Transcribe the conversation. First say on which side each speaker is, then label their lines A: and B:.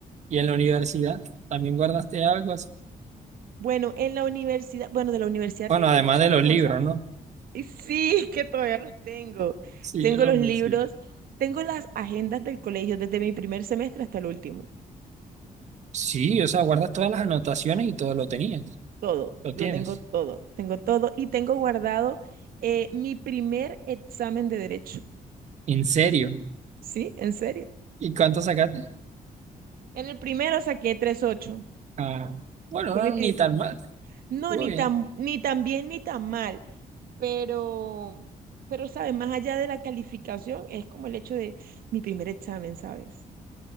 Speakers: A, on the right; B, on the right.
A: ¿Y en la universidad
B: Sí.
A: también guardaste algo así?
B: Bueno, en la universidad, bueno, de la universidad
A: Bueno,
B: tengo
A: además
B: muchas
A: de los
B: cosas.
A: libros, ¿no?
B: Y sí, <laughs> es que todavía los tengo.
A: Sí,
B: Tengo
A: yo los
B: los libros,
A: mismo. Sí,
B: tengo las agendas del colegio desde mi primer semestre hasta el último.
A: Sí, o sea, guardas todas las anotaciones y todo lo tenías,
B: Todo,
A: lo
B: lo
A: tienes.
B: tengo todo, tengo todo. Y tengo guardado eh, mi primer examen de derecho.
A: ¿En serio?
B: ¿Sí? ¿En serio?
A: ¿Y cuánto sacaste?
B: En el primero saqué tres punto ocho
A: Ah, bueno,
B: Fue
A: no,
B: mi primer.
A: ni tan mal.
B: No,
A: Estuvo
B: ni
A: bien.
B: tan, ni tan bien ni tan mal, pero, pero, ¿sabes? Más allá de la calificación, es como el hecho de mi primer examen, ¿sabes?